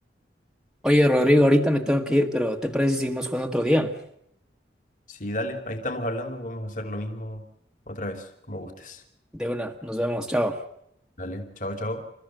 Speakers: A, in the centre; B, on the left.
A: Oye, Rodrigo, ahorita me tengo que ir, pero ¿te parece si seguimos jugando otro día?
B: Sí, dale, ahí estamos hablando, podemos hacer lo mismo otra vez, como gustes.
A: De una, nos vemos, chao.
B: Dale, chao, chao.